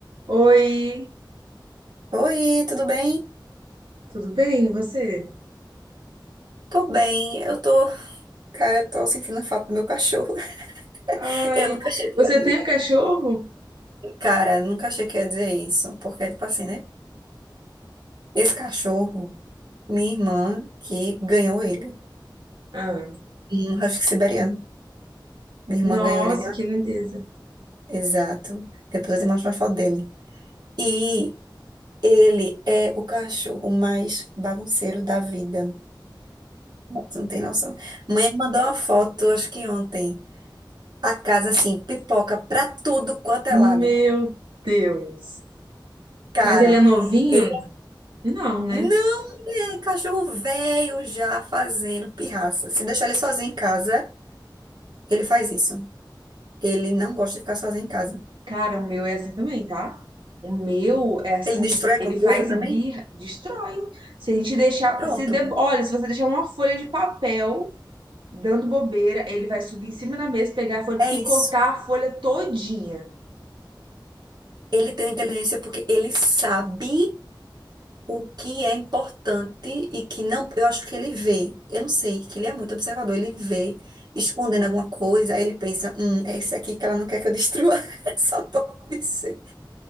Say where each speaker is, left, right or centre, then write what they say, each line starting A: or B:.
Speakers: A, on the right; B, on the right.
A: Oi,
B: Oi, tudo bem?
A: tudo bem? E você?
B: Tô bem, eu tô. Cara, eu tô sentindo falta do meu cachorro.
A: Ai,
B: <laughs> Eu nunca achei que
A: você
B: ia.
A: tem um cachorro?
B: Cara, nunca achei que ia dizer isso, porque, tipo assim, né? Esse cachorro, minha irmã, que ganhou ele,
A: Ah,
B: um husky siberiano. Minha irmã
A: nossa,
B: ganhou ele de uma.
A: que lindeza.
B: Exato. Depois eu te mostro uma foto dele. E ele é o cachorro mais bagunceiro da vida. Tu não tem noção. Mãe mandou uma foto, acho que ontem. A casa, assim, pipoca pra tudo quanto é
A: Meu
B: lado.
A: Deus.
B: Cara,
A: Mas ele é novinho?
B: ele é-
A: Não, né?
B: não é um cachorro velho já fazendo pirraça. Se deixar ele sozinho em casa, ele faz isso. Ele não gosta de ficar sozinho em casa.
A: Cara, o meu é assim também, tá? O meu é assim,
B: Ele destrói alguma
A: ele
B: coisa
A: faz
B: também?
A: birra, destrói. Se a gente deixar,
B: Pronto.
A: se de- olha, se você deixar uma folha de papel dando bobeira, ele vai subir em cima da mesa, pegar a folha,
B: É
A: picotar
B: isso.
A: a folha todinha.
B: Ele tem inteligência porque ele sabe o que é importante e que não. Eu acho que ele vê. Eu não sei, que ele é muito observador. Ele vê escondendo alguma coisa, aí ele pensa: hum, é isso aqui que ela não quer que eu destrua. <laughs> Só pode ser.